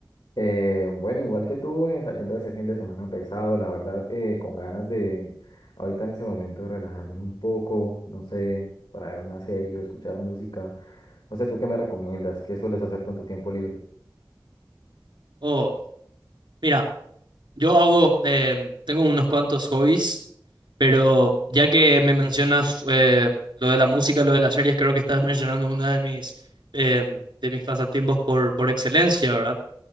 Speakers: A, on the left; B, on the right.
A: Eh, bueno, igual que tú, eh, saliendo de ese fin de semana pesado, la verdad, eh, con ganas de ahorita en ese momento de relajarme un poco, no sé, para ver una serie o escuchar música. No sé, ¿tú qué me recomiendas? ¿Qué sueles hacer con tu tiempo libre?
B: Oh, mira, yo hago, em, tengo unos cuantos hobbies Pero ya que me mencionas eh, lo de la música, lo de las series, creo que estás mencionando una de mis, em, de mis pasatiempos por, por excelencia, ¿verdad?